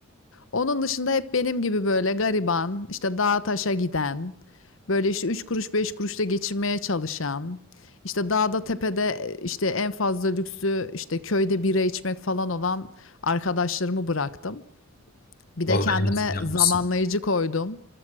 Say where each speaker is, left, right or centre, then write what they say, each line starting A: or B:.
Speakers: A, on the left (about 70°); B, on the left (about 45°).
A: Onun dışında hep benim gibi böyle gariban, işte dağa taşa giden, böyle işte 3 kuruş 5 kuruşla geçinmeye çalışan, işte dağda tepede işte en fazla lüksü işte köyde bira içmek falan olan arkadaşlarımı bıraktım. Bir
B: Vallahi
A: de kendime
B: en iyisini yapmışsın.
A: zamanlayıcı koydum.